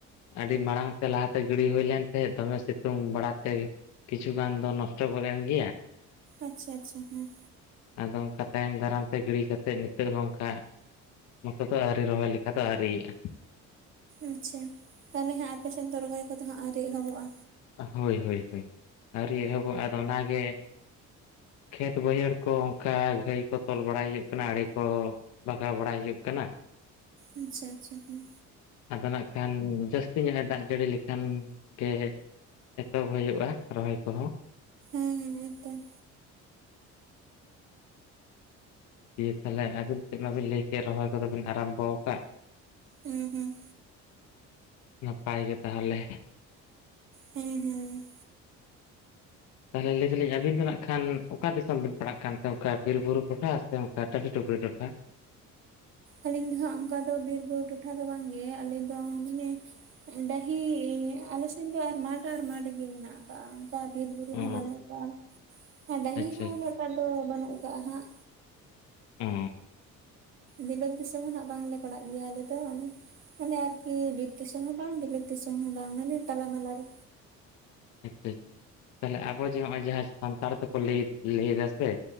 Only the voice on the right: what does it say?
ᱟᱪᱪᱷᱟ ᱟᱪᱪᱷᱟ ᱦᱮᱸ
ᱟᱪᱪᱷᱟ ᱛᱟᱦᱚᱞᱮ ᱦᱟᱸᱜ ᱟᱯᱮᱥᱮᱫ ᱫᱚ ᱨᱚᱦᱚᱭ ᱠᱚᱫᱚ ᱦᱟᱸᱜ ᱟᱹᱣᱨᱤ ᱮᱦᱚᱵᱚᱜᱼᱟ᱾
ᱟᱪᱪᱷᱟ ᱟᱪᱪᱷᱟ ᱦᱩᱸ
ᱦᱮᱸ ᱦᱮᱸ ᱮᱠᱫᱚᱢ
ᱦᱩᱸ ᱦᱩᱸ
ᱦᱮᱸ ᱦᱩᱸ
ᱟᱹᱞᱤᱧ ᱫᱚ ᱦᱟᱸᱟᱜ ᱚᱱᱠᱟ ᱫᱚ ᱵᱤᱨᱵᱩᱨᱩ ᱴᱚᱴᱷᱟ ᱫᱚ ᱵᱟᱝᱜᱮ ᱟᱞᱮ ᱫᱚ ᱢᱟᱱᱮ ᱰᱟᱦᱤ ᱟᱞᱮᱥᱱ ᱫᱚ ᱟᱨ ᱢᱟᱴᱷ ᱟᱨ ᱢᱟᱴᱷ ᱜᱮᱤ ᱢᱮᱱᱟᱜ ᱟᱠᱟᱟᱜ ᱚᱱᱠᱟ ᱵᱤᱨ ᱵᱩᱨᱩ
ᱦᱚᱸ ᱵᱟᱹᱱᱩᱜ ᱟᱠᱟᱟᱜ ᱟᱨ ᱰᱟᱹᱦᱤ
ᱦᱚᱸ
ᱩᱱᱟᱹᱜ ᱴᱟ ᱫᱚ ᱵᱟᱹᱱᱩᱜ ᱟᱠᱟᱟᱜᱼᱟ ᱦᱟᱸᱜ
ᱵᱤᱞᱟᱹᱛ ᱫᱤᱥᱚᱢ ᱫᱚ ᱦᱟᱜ ᱵᱟᱝᱞᱮ ᱯᱟᱲᱟᱜ ᱜᱮᱭᱟ ᱟᱞᱮ ᱫᱚ᱾ ᱢᱟᱱᱮ ᱟᱨᱠᱤ ᱵᱤᱨ ᱫᱤᱥᱚᱢ ᱦᱚᱸ ᱵᱟᱝ ᱵᱤᱞᱟᱹᱛ ᱫᱤᱥᱚᱢ ᱦᱚᱸ ᱵᱟᱝ ᱢᱟᱱᱮ ᱛᱟᱞᱟᱢᱟᱞᱟ ᱨᱮ